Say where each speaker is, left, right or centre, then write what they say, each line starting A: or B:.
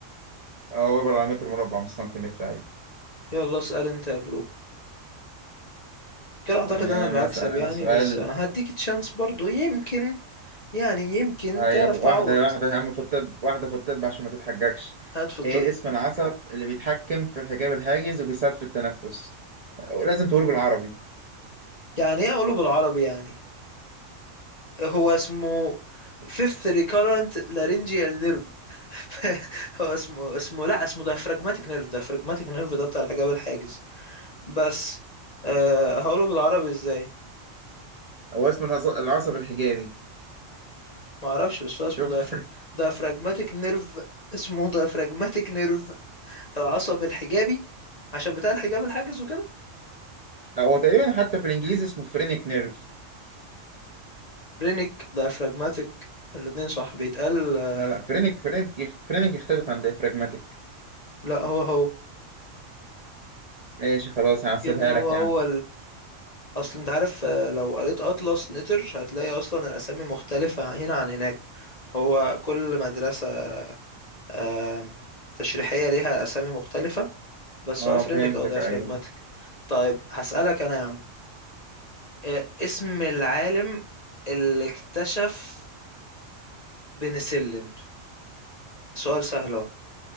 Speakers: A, on the right; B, on the left.
A: أه ويبر على متر مربع مش سنتيمتر أيوه
B: يلا اسأل انت يا برو وكده اعتقد
A: تمام
B: انا اللي
A: هسأل
B: هكسب
A: أنا
B: يعني
A: سؤال
B: بس هديك تشانس برضو يمكن يعني يمكن
A: هي
B: تعرف
A: واحدة
B: تعوض
A: واحدة يا عم في الطب واحدة في الطب عشان ما تتحججش
B: هات في الطب
A: ايه اسم العصب اللي بيتحكم في الحجاب الحاجز وبيساعد في التنفس لازم تقوله بالعربي
B: يعني ايه قولوا بالعربي يعني هو اسمه fifth recurrent laryngeal nerve <laughs> هو اسمه اسمه لا اسمه diaphragmatic nerve diaphragmatic nerve ده بتاع الحجاب الحاجز بس أه هقوله بالعربي ازاي
A: هو اسم العص- العصب الحجابي
B: ما اعرفش بس هو اسمه
A: شوف
B: diaphrag- diaphragmatic nerve اسمه diaphragmatic nerve العصب الحجابي عشان بتاع الحجاب الحاجز وكده
A: هو تقريبا حتى في الانجليزي اسمه فرينك نيرف
B: رينيك diaphragmatic الاتنين صح بيتقال آه،
A: لا لا فرينك فرينك فرينك يختلف عن ديفراجماتيك
B: لا هو هو
A: ماشي خلاص هحسبها
B: يا ابني هو
A: لك
B: هو
A: يا عم
B: اصل انت عارف آه، لو قريت اطلس نتر هتلاقي اصلا الاسامي مختلفة هنا عن هناك هو كل مدرسة آم، تشريحية ليها اسامي مختلفة بس
A: اه
B: هو افرينيك
A: فهمتك
B: او ديافراجماتيك
A: ايوه
B: طيب هسألك انا يا عم آه، اسم العالم اللي اكتشف البنسلين سؤال سهل اهو